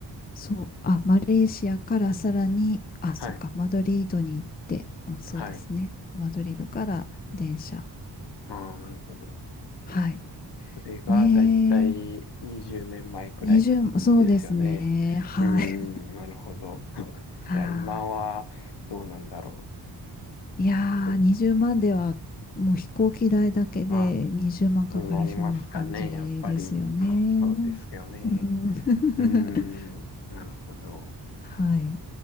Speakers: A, on the left; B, on the left.
A: そう、あ、マレーシアからさらに、あ、
B: はい。
A: そっか、マドリードに行って、うん、そうですね。
B: はい。
A: マドリードから電車。
B: ああ、なるほど。
A: はい。
B: それがだいたい20年前くらいですよね。
A: ねえ、20、そうですね。はい。
B: うーん、なるほど。<laughs>
A: <laughs> は
B: いや、今はどうなんだろ
A: い。いやー、
B: う。ちょっと、
A: 20万では、もう飛行機代だけで20万かかりそうな感じですよね。
B: ああ、になりますかね、やっぱり。ああ、そうですよね。
A: うん。<laughs>
B: うーん、なるほど。
A: はい。